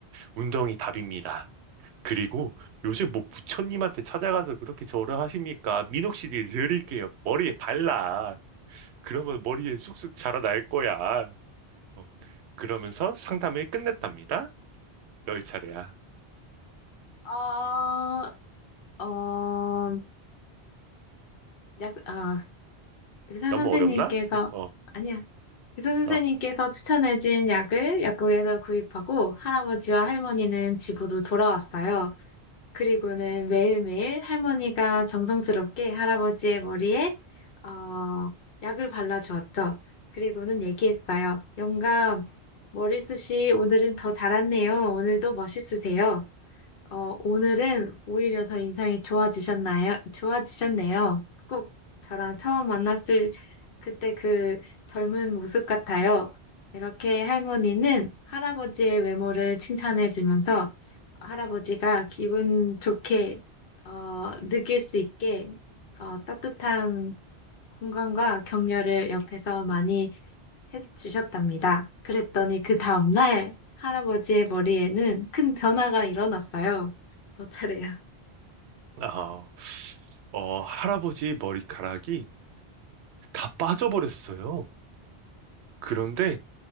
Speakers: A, on the right; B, on the left.
A: 운동이 답입니다. 그리고 요즘 뭐 부처님한테 찾아가서 그렇게 절을 하십니까? 민옥씨를 드릴게요. 머리에 발라. 그러면 머리에 쑥쑥 자라날 거야. 어, 그러면서 상담을 끝냈답니다. 열 차례야.
B: 어, 어, 약, 아, 의사
A: 너무
B: 선생님께서
A: 어렵나? 어,
B: 아니, 의사 선생님께서
A: 어.
B: 추천해준 약을 약국에서 구입하고 할아버지와 할머니는 집으로 돌아왔어요. 그리고는 매일매일 할머니가 정성스럽게 할아버지의 머리에 어, 약을 발라주었죠. 그리고는 얘기했어요. 영감, 머리숱이 오늘은 더 자랐네요. 오늘도 멋있으세요. 어, 오늘은 오히려 더 인상이 좋아지셨나요? 좋아지셨네요. 꼭 저랑 처음 만났을 그때 그 젊은 모습 같아요. 이렇게 할머니는 할아버지의 외모를 칭찬해주면서 할아버지가 기분 좋게 어, 느낄 수 있게 어, 따뜻한 공감과 격려를 옆에서 많이 해주셨답니다. 그랬더니 그 다음날 할아버지의 머리에는 큰 변화가 일어났어요. 너 차례야.
A: 어. 어, 할아버지의 머리카락이 다 빠져버렸어요. 그런데,